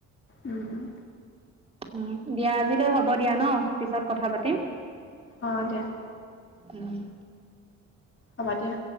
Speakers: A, on the left (about 40°); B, on the right (about 20°).
A: উম, উম,
B: উম দিয়াআজিলৈ হব হ'ব দিয়া ন পিছত কথা পাতিম
A: অ', দিয়া
B: উম
A: হ'বা দিয়া